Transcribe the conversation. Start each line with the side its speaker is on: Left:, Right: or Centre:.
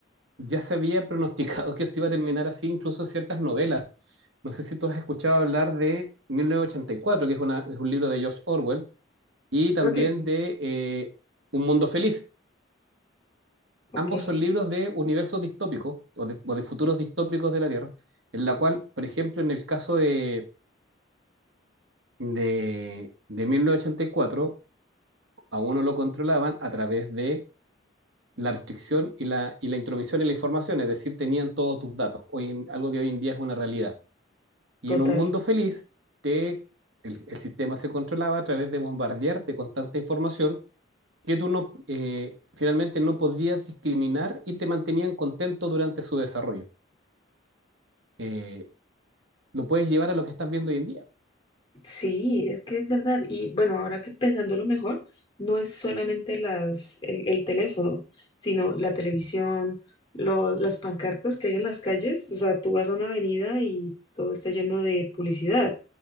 Right: ya se había pronosticado <laughs> que esto iba a terminar así, incluso ciertas novelas. No sé si tú has escuchado hablar de 1984, que es, una- es un libro de George Orwell, y también
Left: creo que sí.
Right: de eh, Un Mundo Feliz.
Left: Ok,
Right: Ambos son libros de universos distópicos o de, o de futuros distópicos de la Tierra, en la cual, por ejemplo, en el caso de, de, de 1984, a uno lo controlaban a través de la restricción y la, y la intromisión en la información, es decir, tenían todos tus datos, hoy en- algo que hoy en día es una realidad. Y
Left: total.
Right: en un mundo feliz, te, el, el sistema se controlaba a través de bombardearte con tanta información que tú no, eh, finalmente no podías discriminar y te mantenían contento durante su desarrollo. Eh, lo puedes llevar a lo que estás viendo hoy en día.
Left: Sí, es que es verdad. Y bueno, ahora que pensándolo mejor, no es solamente las, el, el teléfono, sino la televisión, lo- las pancartas que hay en las calles. O sea, tú vas a una avenida y todo está lleno de publicidad.